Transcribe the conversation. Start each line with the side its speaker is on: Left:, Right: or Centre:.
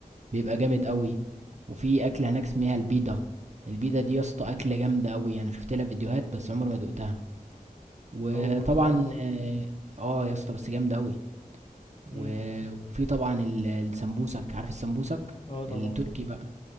Right: بيبقى جامد قوي وفي اكله هناك اسمها البيضه البيضه دي يا اسطى اكله جامده قوي انا شفت لها فيديوهات بس عمري ما دقتها وطبعا
Left: اول مرة اسمع عنها برضو
Right: اه اه آه يا اسطى بس جامده قوي و-
Left: امم
Right: وفي طبعا ال- السمبوسك عارف السمبوسك
Left: اه طبعا
Right: التركي بقى